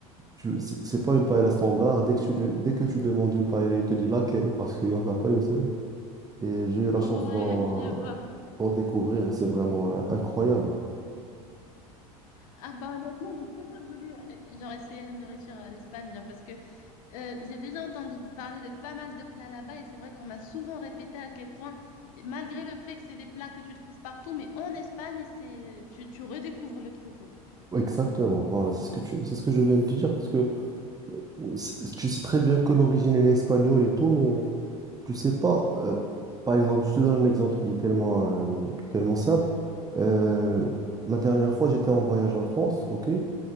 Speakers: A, on the right (about 20°); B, on the left (about 70°).
A: Tu, c'est c'est pas une paella standard. Dès que tu, lui- dès que tu demandes une paella, il te dit laquelle parce qu'il n'y en a pas une seule. Et j'ai eu la
B: Ouais,
A: chance d'en
B: je vois.
A: d'en découvrir. C'est vraiment euh, incroyable.
B: Ah bah honnêtement, j'ai plutôt voulu euh, genre essayer la nourriture à l'Espagne, genre parce que Euh, j'ai déjà entendu parler de pas mal de plats là-bas et c'est vrai qu'on m'a souvent répété à quel point, malgré le fait que c'est des plats que tu trouves partout, mais en Espagne, c'est tu, tu redécouvres le truc en fait.
A: Exactement, voilà, c'est ce que tu, c'est ce que je viens de te dire parce que c'est- tu sais très bien que l'origine elle est espagnole et tout, mais tu sais pas, euh, par exemple, je te donne un exemple qui est tellement, euh, tellement simple. Euh, la dernière fois, j'étais en voyage en France, ok? Et